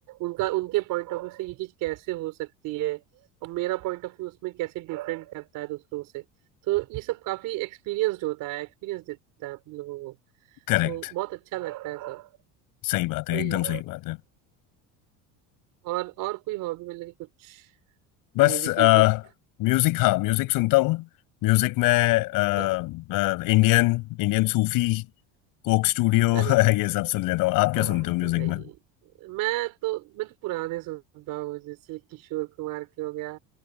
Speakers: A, on the right; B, on the left.
A: उनका उनके पॉइंट ऑफ व्यू से ये चीज कैसे हो सकती है और मेरा पॉइंट ऑफ व्यू उसमें कैसे डिफरेंट करता है दूसरों से तो ये सब काफी एक्सपीरियंस्ड होता है एक्सपीरियंस देता है हम लोगों को
B: करेक्ट
A: तो बहुत अच्छा लगता है सब
B: सही बात है
A: वही
B: एकदम
A: है
B: सही बात है
A: और और कोई हॉबी मतलब कि कुछ
B: बस
A: म्यूजिक म्यूजिक
B: म्यूजिक हाँ म्यूजिक सुनता हूँ म्यूजिक में
A: हाँ
B: इंडियन इंडियन सूफी कोक स्टूडियो
A: अरे
B: <laughs>
A: वाह
B: ये सब सुन लेता हूँ आप क्या सुनते
A: अरे
B: हो म्यूजिक
A: भाई
B: में
A: मैं तो मैं तो पुराने सुनता हूँ जैसे किशोर कुमार के हो गया